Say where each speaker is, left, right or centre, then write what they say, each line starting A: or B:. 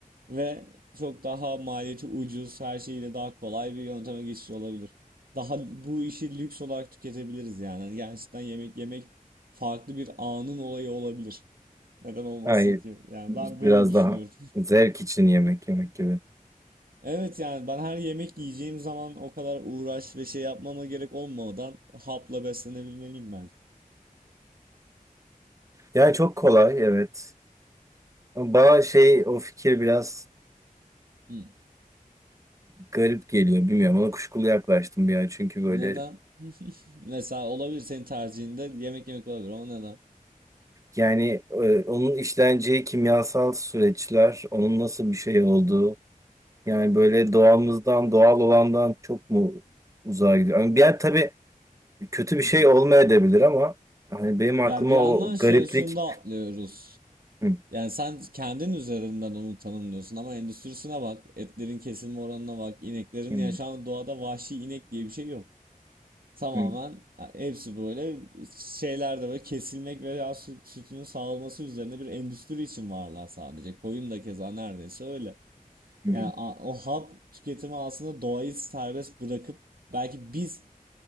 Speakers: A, on the right; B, on the right.
A: Ve çok daha maliyeti ucuz, her şeyiyle daha kolay bir yönteme geçiş olabilir. Daha bu işi lüks olarak tüketebiliriz yani. Hani Gerçekten yemek yemek farklı bir anın olayı olabilir. Neden olmasın
B: Hayır.
A: ki? Yani ben böyle
B: Biraz
A: düşünüyorum.
B: daha zevk için yemek yemek gibi.
A: Evet yani ben her yemek yiyeceğim zaman o kadar uğraş ve şey yapmama gerek olmadan hapla beslenebilmeliyim bence.
B: Yani çok kolay evet. Ama Bana şey o fikir biraz
A: Hı.
B: garip geliyor. Bilmiyorum ona kuşkulu yaklaştım bir an. Çünkü böyle
A: Neden? <laughs> Mesela olabilir senin tercihinde yemek yemek olabilir ama neden?
B: yani e, onun işleneceği kimyasal süreçler, onun nasıl bir şey olduğu Yani böyle doğamızdan, doğal olandan çok mu uzağa gidiyor? Yani bir yer tabii kötü bir
A: <laughs>
B: şey olmayabilir ama hani benim aklıma
A: Ya bir yandan
B: o
A: şö-
B: gariplik
A: şunu da atlıyoruz.
B: Hı,
A: Yani sen kendin üzerinden onu tanımlıyorsun ama endüstrisine bak, etlerin kesilme oranına bak, ineklerin
B: hı,
A: ya şu an doğada vahşi inek diye bir şey yok. Tamamen
B: hı,
A: hepsi böyle şeyler de böyle kesilmek veya süt, sütünün sağlanması üzerine bir endüstri için varlar sadece. Koyun da keza neredeyse öyle.
B: hı,
A: Yani a- o hap tüketimi aslında doğayı serbest bırakıp belki biz